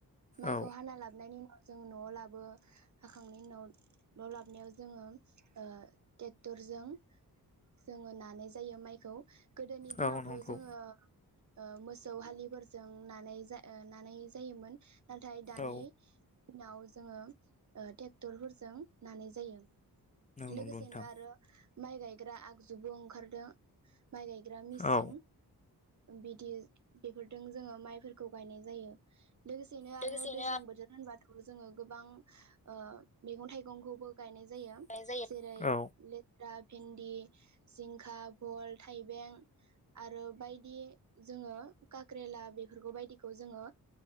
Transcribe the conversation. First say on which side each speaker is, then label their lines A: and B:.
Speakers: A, on the right (about 50°); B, on the left (about 20°).
A: माइखौ
B: औ
A: हाना लाबनायनि उ जों न'आव लाबो हाखांनायनि उनाव न' लाबनायाव जोङो ओ ट्रेक्टरजों जोङो नानाय जायो माइखौ गोदोनि दिनावथ'
B: औ नंगौ
A: जोङो ओ मोसौ हालिफोरजों नानाय नानाय जायोमोन। नाथाय दानि
B: औ
A: दिनाव जोङो ओ ट्रेक्टरफोरजों नानाय जायो। लोगोसेनो
B: नंगौ नोंथां
A: आरो माइ गायग्रा आगजु <unintelligible> ओंखारदों माइ गायग्रा मिसिं
B: औ
A: बिदि बेफोरजों जोङो माइफोरखौ गायनाय जायो। लोगोसेनो आरो
B: लोगोसेनो
A: दैज्लां बोथोर होनबा जोङो गोबां ओ मैगं थाइगंखौबो गायनाय जायो
B: आर'नाइ जायो
A: जेरै
B: औ
A: <unintelligible> भेन्दि जिंखा भल थाइबें आरो बायदि जोङो काक्रेला बिफोरखौ बायदिखौ जोङो